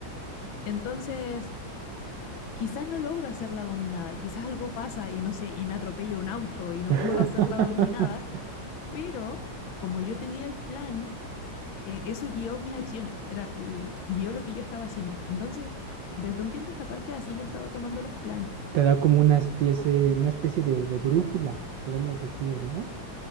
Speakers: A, on the left (about 75°); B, on the right (about 70°).
A: <laughs> Entonces, quizás no logro hacer la dominada, quizás algo pasa y no sé, y me atropella un auto y no
B: <laughs>
A: <laughs> puedo hacer la dominada, pero como yo tenía el plan, eh, eso guió mis acciones, era, guió lo que yo estaba haciendo. Entonces, desde un tiempo a esta parte así me he estado tomando los planes.
B: Te da como una especie, una especie de, de brújula, podemos decir, ¿no?